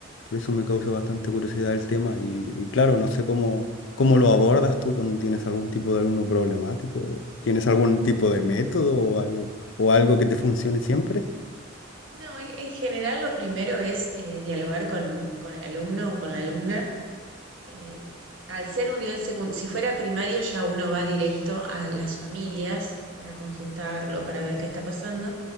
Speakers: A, on the left (about 70°); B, on the right (about 75°).
A: Por eso me causa bastante curiosidad el tema y, y claro, no sé cómo, cómo lo abordas tú cuando tienes algún tipo de alumno problemático, tienes algún tipo de método o algo, o algo que te funcione siempre.
B: No, en en general lo primero es eh, dialogar con, con el alumno o con la alumna eh, al ser un nivel secundario, si fuera primario ya uno va directo a las familias para consultarlo, para ver qué está pasando.